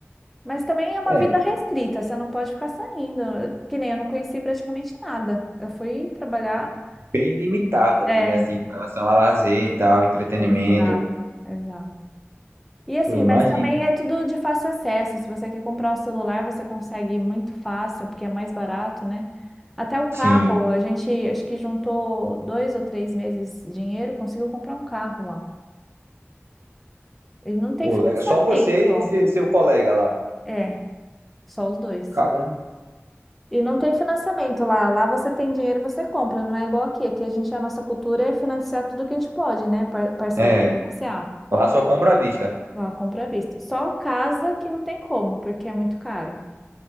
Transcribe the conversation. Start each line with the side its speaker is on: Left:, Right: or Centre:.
Centre: Mas também é uma
Right: é
Centre: vida restrita, você não pode ficar saindo. Que nem eu não conheci praticamente nada. Eu fui trabalhar.
Right: bem limitada,
Centre: É,
Right: né? Assim, com relação a lazer e tal, entretenimento.
Centre: exato, exato. E assim,
Right: Eu imagino.
Centre: mas também é tudo de fácil acesso. Se você quer comprar um celular, você consegue muito fácil, porque é mais barato, né? Até o carro,
Right: Sim.
Centre: a gente acho que juntou dois ou três meses de dinheiro, conseguiu comprar um carro lá. E não tem
Right: Pô,
Centre: financiamento.
Right: legal. Só você e seu, seu colega lá.
Centre: É, só os dois.
Right: Caramba.
Centre: E não tem financiamento lá. Lá você tem dinheiro, você compra. Não é igual aqui. Aqui a gente, a nossa cultura é financiar tudo que a gente pode, né? Par- Parcelar,
Right: É,
Centre: financiar.
Right: lá só compra à vista.
Centre: Lá compra à vista. Só casa que não tem como, porque é muito caro.